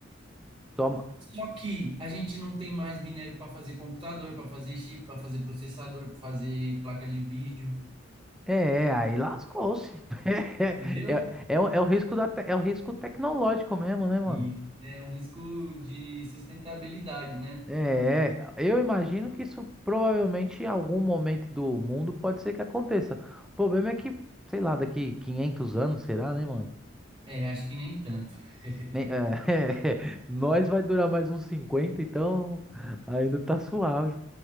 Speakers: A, in the centre; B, on the right.
A: Toma.
B: Só que a gente não tem mais minério para fazer computador, para fazer chip, para fazer processador, para fazer placa de vídeo,
A: É, aí lascou-se. <laughs>
B: entendeu?
A: É, é, é, o é o risco da, te- é o risco tecnológico mesmo, né, mano?
B: E é um risco de sustentabilidade, né?
A: É, eu imagino que isso provavelmente em algum momento do mundo pode ser que aconteça. O problema é que, sei lá, daqui 500 anos, será, né, mano?
B: É, acho que nem tanto. <laughs>
A: Nem- é, <laughs> nós vai durar mais uns 50, então ainda tá suave.